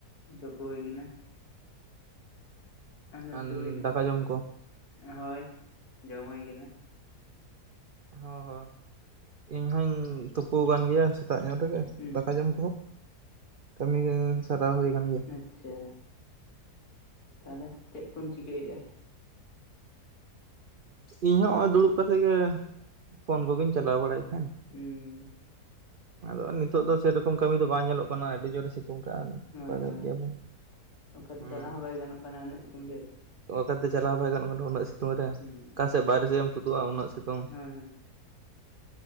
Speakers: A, on the left; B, on the right.
A: ᱛᱯᱚ ᱦᱩᱭ ᱠᱟᱱᱟ᱾ ᱟᱫᱚᱢ
B: ᱟᱨ
A: ᱛᱩᱯᱩᱭ ᱱᱟ?
B: ᱫᱟᱠᱟ ᱡᱚᱢ ᱠᱚ
A: ᱦᱳᱭ ᱡᱚᱢ ᱦᱩᱭ ᱠᱟᱱᱟ᱾
B: ᱦᱚᱸ ᱦᱚᱸ ᱤᱧ ᱦᱩᱧ ᱛᱩᱯᱩ ᱟᱠᱟᱱ ᱜᱮᱭᱟ ᱥᱮᱛᱟᱜ ᱧᱚᱜ ᱨᱮᱜᱮ
A: ᱦᱩᱸ
B: ᱫᱟᱠᱟ ᱡᱚᱢ ᱠᱟᱹᱢᱤ ᱜᱮ ᱥᱟᱨᱟᱣ ᱦᱩᱭ ᱟᱠᱟᱱ ᱜᱮᱭᱟ
A: ᱟᱪᱷᱟ ᱛᱟᱦᱚᱞᱮ ᱪᱮᱫ ᱠᱚᱢ ᱪᱤᱠᱟᱹᱭᱮᱫᱼᱟ
B: ᱤᱧ ᱦᱚᱸ ᱱᱚᱜᱚᱭ ᱫᱩᱲᱩᱵ ᱠᱟᱛᱮ ᱜᱮ ᱯᱷᱳᱱ ᱠᱚᱜᱮᱧ ᱪᱟᱞᱟᱣ ᱵᱟᱲᱟᱭᱮᱫ ᱛᱟᱦᱮᱱ
A: ᱦᱮᱸ
B: ᱟᱫᱚ ᱱᱤᱛᱚᱜ ᱫᱚ ᱥᱮᱨᱚᱠᱚᱢ ᱠᱟᱹᱢᱤ ᱫᱚ ᱵᱟᱝ ᱧᱮᱞᱚᱜ ᱠᱟᱱᱟ ᱟᱹᱰᱤ ᱡᱳᱨᱮ ᱥᱤᱛᱩᱝ ᱠᱟᱜᱼᱟ
A: ᱦᱳᱭ
B: ᱵᱟᱲᱟᱭᱮᱫ
A: ᱦᱳᱭ
B: ᱜᱮᱭᱟᱵᱚᱱ
A: ᱚᱠᱟᱛᱮ
B: ᱦᱮᱸ
A: ᱪᱟᱞᱟᱜ ᱦᱚᱸ ᱵᱟᱭ ᱜᱟᱱᱚᱜ ᱠᱟᱱᱟ ᱩᱱᱟ. ᱜ ᱥᱤᱛᱩᱝ ᱨᱮ
B: ᱚᱠᱟᱛᱮ ᱪᱟᱞᱟᱣ ᱵᱟᱭ ᱜᱟᱱᱚᱜ ᱠᱟᱱᱟ ᱩᱱᱟᱹᱜ ᱥᱤᱛᱩᱝ ᱨᱮ
A: ᱦᱩᱸ
B: ᱚᱠᱟᱥᱮᱫ ᱵᱟᱨᱨᱮ ᱥᱮᱫ ᱮᱢ ᱛᱩᱫᱩᱜᱼᱟ ᱩᱱᱟᱹᱜ ᱥᱤᱛᱩᱝ
A: ᱦᱳᱭ ᱦᱳᱭ